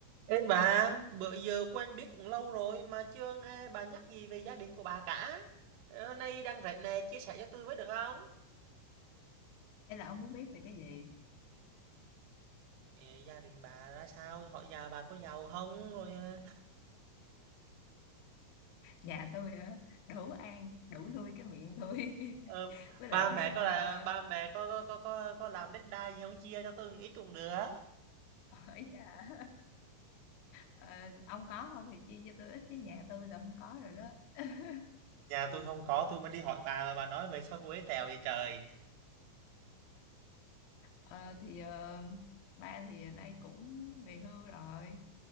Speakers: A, on the right (about 45°); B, on the left (about 45°).
A: Ê bà, bữa giờ quen biết cũng lâu rồi mà chưa nghe bà nhắc gì về gia đình của bà cả. Ờ, Hôm nay đang rảnh nè, chia sẻ cho tôi với được không?
B: Thế là ông muốn biết về cái gì?
A: Ờ, Gia đình bà ra sao? Họ già bà có giàu không? Rồi ờ,
B: Nhà tôi hả? Đủ ăn, đủ nuôi cái miệng tôi.
A: ờ,
B: <laughs> Với lại
A: ba mẹ
B: thêm
A: có
B: ờ,
A: là ba mẹ có có có có, có làm đất đai gì không chia cho tôi một ít cũng được.
B: hỏi dạ, ờ, ông có không thì chia cho tôi ít chứ nhà tôi là không có rồi đó. <laughs>
A: Nhà tôi không có, tôi mới đi hỏi bà mà bà nói về sao cô ấy tèo vậy trời.
B: Ờ, thì ờ, ba thì nay cũng về hưu rồi.